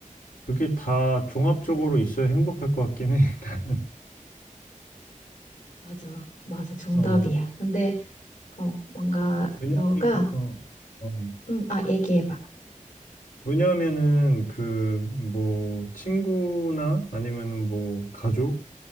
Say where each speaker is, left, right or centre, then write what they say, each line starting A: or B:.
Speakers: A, on the left; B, on the left.
A: 그게 다 종합적으로 있어야 행복할 것 같긴 해, <laughs> 나는.
B: 맞아, 맞아, 정답이야.
A: 어,
B: 근데, 어, 뭔가
A: 왜냐면,
B: 너가,
A: 어, 어.
B: 음, 아, 얘기해봐.
A: 왜냐하면은 그 뭐 친구나 아니면은 뭐 가족